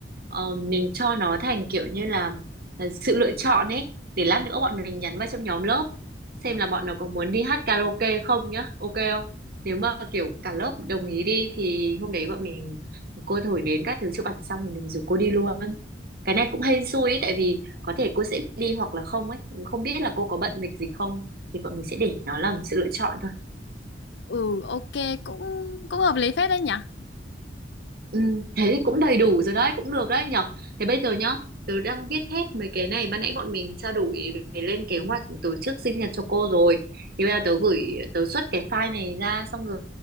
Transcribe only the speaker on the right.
ờ, mình cho nó thành kiểu như là ờ, sự lựa chọn ấy để lát nữa bọn mình nhắn vào trong nhóm lớp xem là bọn nó có muốn đi hát karaoke không nhá ok không nếu mà kiểu cả lớp đồng ý đi thì hôm đấy bọn mình cô thổi nến các thứ chụp ảnh xong thì mình rủ cô đi luôn cái này cũng hên xui ấy tại vì có thể cô sẽ đi hoặc là không ấy không biết là cô có bận lịch gì không thì bọn mình sẽ để nó làm sự lựa chọn thôi
Ừ, thế thì cũng đầy đủ rồi đấy, cũng được đấy nhở. Thế bây giờ nhá, tớ đang viết hết mấy cái này, ban nãy bọn mình trao đổi về lên kế hoạch tổ chức sinh nhật cho cô rồi. Thì bây giờ tớ gửi, tớ xuất cái file này ra, xong rồi